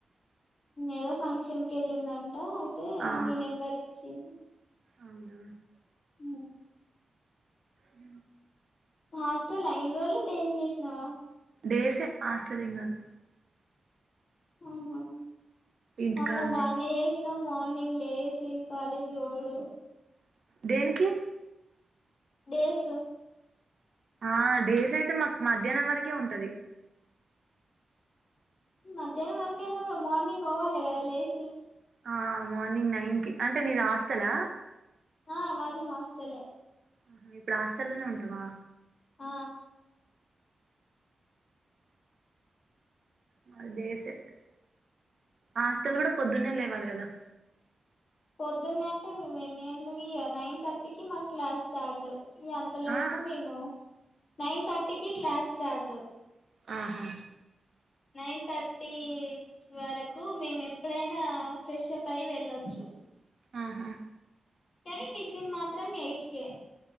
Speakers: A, on the left (about 65°); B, on the right (about 60°).
A: ఏదో ఫంక్షన్ కి వెళ్ళిందండి అ అదే
B: ఆ
A: నీ నెంబర్ ఇచ్చింది
B: అవునా
A: హు
B: ఉ
A: హాస్టల్ అయిన రోజులు డేస్ వేస్నవా
B: డేస్ ఆశ్చర్యం కాదు
A: ఉ హు
B: ఇంటికాన్నే
A: అమ్మో బానే ఏష్ <unintelligible> మార్నింగ్ లేసి కాలేజీ పోవుడు
B: దేనికి
A: డేష్
B: ఆ డేస్ అయితే మాకు మధ్యాహ్నం వరకే ఉంటది
A: మధ్యాహ్నం వరకైనా కూడా మార్నింగ్ పోవాలి కదా లేచి
B: ఆ మార్నింగ్ నైన్ కి అంటే నీది హాస్టలా
A: ఆ మాది హాస్టల్ లే
B: ఉ ఇప్పుడు హాస్టల్లోనే ఉంటావా
A: ఆ
B: మాది డేసే హాస్టల్లో కూడా పొద్దున్న లేవాలి కదా
A: పొద్దున్న అంటే మేము ఎన్ని గంటలకి ఇగ నైన్ థర్టీకి మా క్లాస్ స్టార్ట్ అంతలోపు
B: ఆ
A: మేము నైన్ తర్టీకి క్లాస్ స్టార్ట్
B: ఆహా
A: నైన్ థర్టీ ఈ ఇదివరకు మేము ఎప్పుడైనా పొద్దునఫ్రెషప్ అయి వెళ్ళొచ్చు
B: ఆహా
A: కానీ టిఫిన్ మాత్రం ఎయిట్ కె